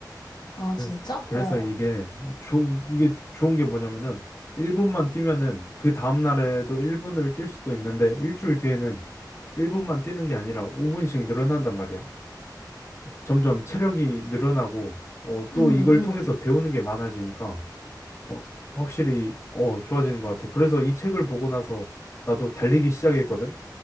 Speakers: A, on the left; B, on the left.
A: 아,
B: 그래서,
A: 진짜?
B: 그래서
A: 어,
B: 이게, 좋 이게 좋은 게 뭐냐면은, 1분만 뛰면은 그 다음날에도 1분을 뛸 수도 있는데, 일주일 뒤에는 1분만 뛰는 게 아니라 5분씩 늘어난단 말이야. 점점 체력이 늘어나고, 어, 또
A: 음,
B: 이걸
A: 음.
B: 통해서 배우는 게 많아지니까, 어, 확실히, 어, 좋아지는 것 같아. 그래서 이 책을 보고 나서 나도 달리기 시작했거든.